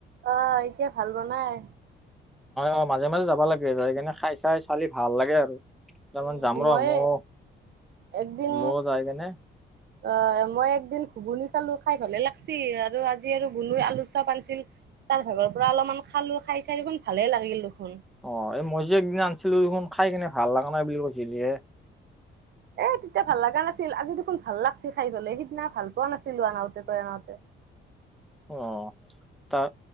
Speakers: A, on the right; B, in the centre.
A: অ'এতিয়া ভাল বনাই।
B: অ' মাজে-মাজে যাব লাগে। যাই কিনে খাই চাই, ছালি ভাল লাগে আৰু। তাৰমান
A: উম,
B: যাম ৰ
A: মই
B: ময়ো
A: একদিন,
B: ময়ো যাই কেনে
A: অ' মই এক এদিন ঘুগুনি খালো, খাই ভালে লাগিছি। আৰু আজি আৰু গুলুৱে আলু চপ' আনিছিল, তাৰ ভাগৰ পৰা অলপ অকমান খালো, খাই চাই দেখোন ভালে লাগিল। দেখোন।
B: অ' এই মই যে একদিন আনিছিলো দেখোন, খাই কিনে ভাল লগা নাই বুলি কৈছিলি হে।
A: এ তেতিয়া ভাল লগা নাছিল। আজি দেখোন ভাল লাগছে খাই পেলাই, সিদিনা ভাল পোৱা নাছিলো আনাওতে, তই আনাওতে।
B: অ' তাত